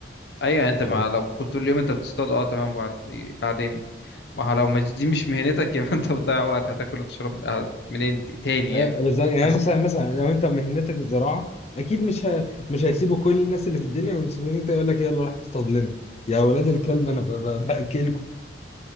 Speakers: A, on the left; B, on the left.
A: ايوه انت
B: فاهم
A: مع لو كنت طول اليوم انت بتصطاد اه تمام بعد بعدين ما هو لو مش دي مش مهنتك يبقى <laughs> انت بتضيع وقت هتاكل وتشرب هت- منين ت- تاني
B: آه،
A: يعني
B: بالظبط يعني
A: بس
B: مثلا مثلا لو انت مهنتك الزراعه اكيد مش ه... مش هيسيبوا كل الناس اللي في الدنيا ويمسكوك انت يقول لك يلا روح اصطاد لنا يا اولاد الكلب انا ب... ب... باكلكم